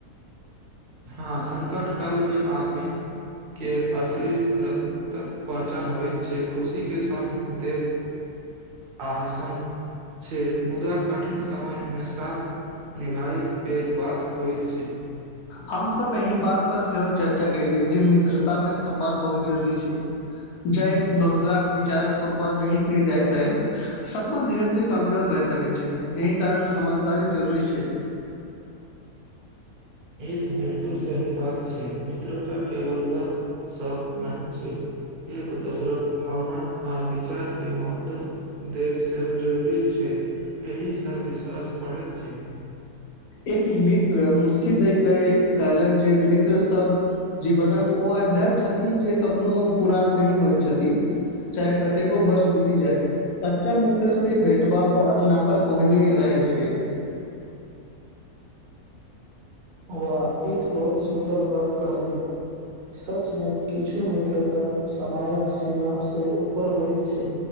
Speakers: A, on the right; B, on the left.
A: हँ सङ्कट कालमे आदमीके असली मित्र तक पहचान होइत छै खुशीके सङ्ग देव आहसन छै मुदा कठिन समयमे साथ निभायके पैघ बात होइत छै
B: हम सब एहि बात पर सेहो चर्चा केलियौ जे मित्रता मे सम्पन बहुत जरूरी छै ज एक दोसर विचारक सम्पान नहि क जायतै सपना धीरे धीर कमजोर भै सके छै एहिी कारण समझदारी जरूरी छै
A: ई त बिलकुल सही बात छै मित्रता केवल गप सब नहि छै एक एक दोसरक भावना आ विचार के महत्व देब से जरूरी छै एहिसँ विश्वास बढ़ैत छै
B: एक मित्र मुसकी दय के कहलक जे मित्र सब जीवनक ओ अध्याय छथि जे कखनो पुरान नहिही होइत छथि चाहे कतेको वर्ष जाइ सच्चा मित्रसँ से भेटबा पर अपना पर ओहने रहै छै
A: वा ई तऽ बहुत सुन्दर बात कहलनि सचमे किछु मित्रता समयक सीमाासँ ऊपर होइत छै